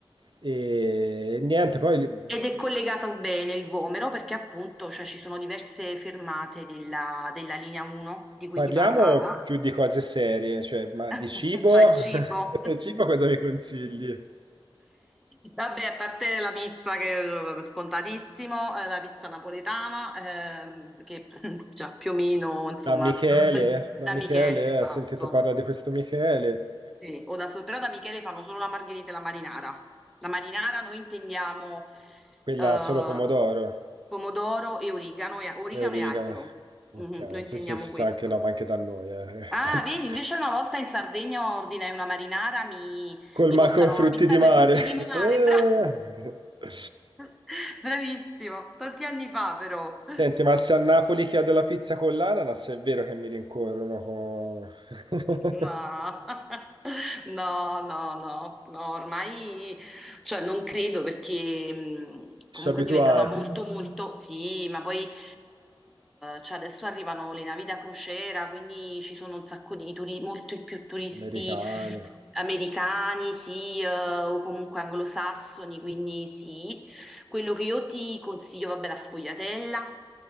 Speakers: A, on the right; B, in the centre.
A: E niente, poi li-
B: Ed è collegato bene il Vomero perché appunto cioè, ci sono diverse fermate della, della linea 1 di cui
A: parliamo
B: ti parlavo
A: più di cose serie, cioè, ma
B: <laughs>
A: di cibo?
B: Cioè il cibo.
A: <laughs> Cibo cosa mi consigli?
B: Vabbè, a parte la pizza che è scontatissimo, eh, la pizza napoletana, ehm, che <laughs> <clears throat> già più o meno, insomma,
A: Da Michele,
B: que-
A: da
B: da
A: Michele,
B: Michele, esatto.
A: ho sentito parlare di questo Michele,
B: Sì, o da, so- però da Michele fanno solo la margherita e la marinara. La marinara noi intendiamo
A: quella
B: eh,
A: solo pomodoro
B: pomodoro e origano, e, origano
A: e origano.
B: e aglio.
A: Ok,
B: Mhm, noi
A: sì,
B: intendiamo
A: sì, sì,
B: questo.
A: sì, anche no, ma anche da noi, eh,
B: Ah,
A: <laughs> penso.
B: vedi, invece una volta in Sardegna ordinai una marinara, mi,
A: Col
B: mi
A: maco
B: portarono
A: frutti
B: una pizza
A: di
B: con
A: mare.
B: i frutti di mare,
A: <laughs>
B: bra-
A: Eh.
B: <laughs> bravissimo, tanti anni fa però.
A: Senti, ma se a Napoli chiedo la pizza con l'ananas, è vero che mi rincorrono con...
B: No, <laughs>
A: <laughs>
B: no, no, no, no, ormai, cioè non credo perché mh,
A: Ci
B: comunque
A: sono abituati.
B: diventava molto, molto, sì, ma poi eh, cioè adesso arrivano le navi da crociera, quindi ci sono un sacco di turisti, molto più turisti
A: Americani.
B: americani, sì, eh, o comunque anglosassoni, quindi sì. Quello che io ti consiglio, vabbè, la sfogliatella,